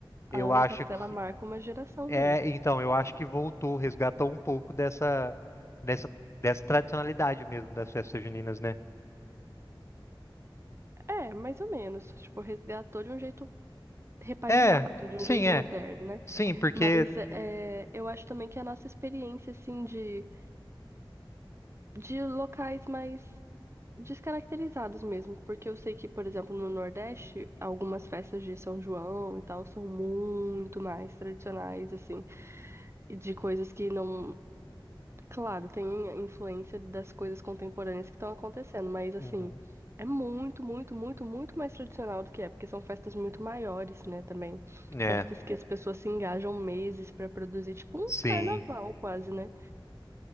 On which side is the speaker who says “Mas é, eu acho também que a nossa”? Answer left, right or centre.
Right